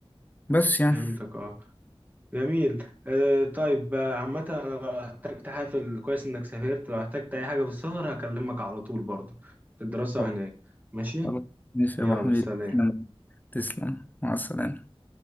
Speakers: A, on the left; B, on the right.
A: بس يعني
B: فهمتك اه جميل آه، طيب آه، عامة أنا لو احتجت حافل كويس إنك سافرت لو احتجت أي حاجة في السفر هكلمك على طول برضه في الدراسة
A: طب
B: وهناك ماشي
A: خلاص ماشي
B: يلا
A: يا أبو حميد
B: سلام
A: تسلم تسلم مع السلامة